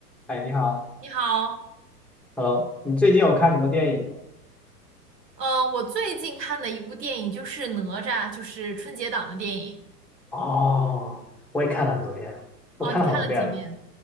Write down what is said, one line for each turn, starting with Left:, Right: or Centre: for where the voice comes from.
Centre: 哎，你好
Right: 你好，
Centre: ，Hello，你最近有看什么电影吗？
Right: 呃，我最近看的一部电影就是《哪吒》，就是春节档的电影。
Centre: 哦，我也看了很多遍。
Right: 哦，
Centre: 我看了好多遍了，
Right: 你看了几遍？